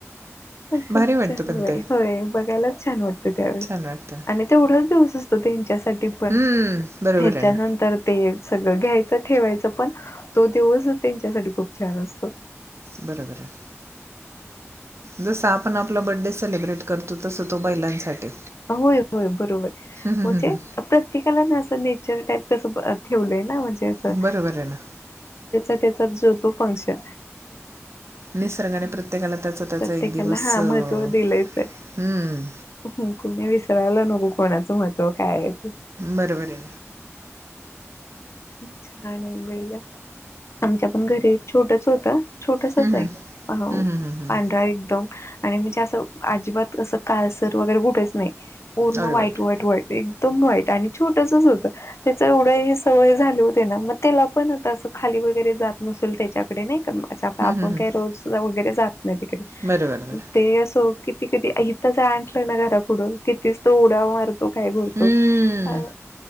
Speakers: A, on the left (about 60°); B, on the right (about 60°).
A: खूप
B: भारी वाटतं
A: छान
B: पण
A: होय-
B: ते
A: होय बघायलाच छान वाटतं त्यावेळेस
B: छान वाटतं
A: आणि तेवढाच दिवस असतो तेंच्या साठी पण
B: हम्म बरोबर
A: हेच्यानंतर
B: आहे ना
A: ते सगळं घ्यायचं ठेवायचं पण तो दिवस त्यांच्यासाठी खूप छान असतो.
B: बरोबर आहे. जसं आपण आपला बडे सेलिब्रेट करतो तसं तो बैलांसाठी
A: होय होय बरोबर
B: हम्म,
A: म्हणजे
B: हम्म,
A: प्रत्येकाला ना असं पिक्चर टाईप कसं ब ठेवलंय ना म्हणजे असं
B: हम्म. बरोबर आहे ना
A: त्याचा जो तो फंक्शन
B: निसर्गाने प्रत्येकाला त्याचा त्याचा
A: प्रत्येकाला
B: एक दिवस
A: हा महत्त्व
B: हम्म
A: दिलंच आहे कोणी विसरायला नको कोणाचं महत्व काय ते
B: बरोबर आहे.
A: छान आहे बैलं आमच्या पण घरी एक छोटसं होतं छोटसंचं
B: हं, हं.
A: आहे हा हो
B: हं, हं, हं, हं.
A: पांढरा एकदम आणि म्हणजे असं अजिबात असं काळसर वगैरे कुठेच नाही पूर्ण
B: अरे
A: व्हाईट
B: बापरे!
A: - व्हाईट -एकदम व्हाईट आणि छोटसंच होत त्याचं एवढं हे सवय झाली होते ना मग त्याला पण आता असं खाली वगैरे जात न असलं त्याच्याकडे नाही का म अच्छा आता
B: हं,
A: आपण
B: हं, हं.
A: काही रोज वगैरे जात नाही तिकडे
B: बरोबर, बरोबर.
A: ते असं की ते कधी हितच आणलं ना घरा पुुढं कि तीच तो उड्या मारत तो काय बोलतो
B: हम्म.
A: अ